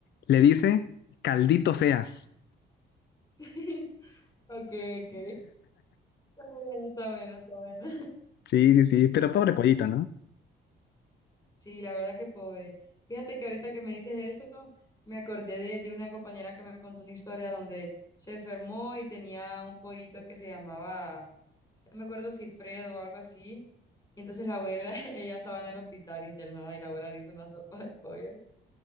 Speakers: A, on the left; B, on the left.
A: Le dice, caldito seas.
B: <laughs> Ok, ok. Está bueno, está bueno, está bueno.
A: Sí, sí, sí, pero
B: <laughs>
A: pobre pollito, ¿no?
B: Sí, la verdad que pobre. Fíjate que ahorita que me dices eso, me acordé de, de una compañera que me contó una historia donde se enfermó y tenía un pollito que se llamaba, no me acuerdo si Fredo o algo así. Y entonces la abuela, <laughs> ella estaba en el hospital internada y la abuela le hizo una sopa de pollo.